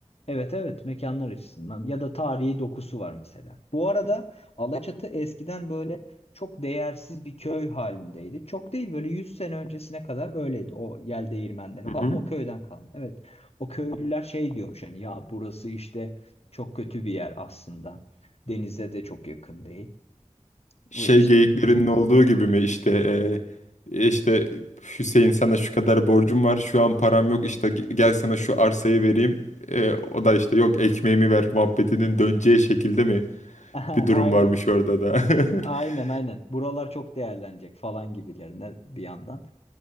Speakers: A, on the left; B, on the left.
A: Evet evet mekanlar açısından ya da tarihi dokusu var mesela. Bu arada Alaçatı eskiden böyle çok değersiz bir köy halindeydi. Çok değil böyle 100 sene öncesine kadar öyleydi. O yel değirmenleri
B: Hı
A: falan
B: hı.
A: o köyden kalma. Evet o köylüler şey diyormuş hani ya burası işte çok kötü bir yer aslında. Denize de çok yakın değil.
B: Şey
A: Ve İşte
B: geyiklerinin olduğu gibi mi İşte e, işte Hüseyin sana şu kadar borcum var şu an param yok işte ge- gel sana şu arsayı vereyim. E, o da işte yok ekmeğimi ver muhabbetinin döneceği şekilde mi
A: <laughs>
B: bir durum
A: aynen
B: varmış orada da.
A: aynen
B: <laughs>
A: aynen buralar çok değerlenecek falan gibilerine bir yandan.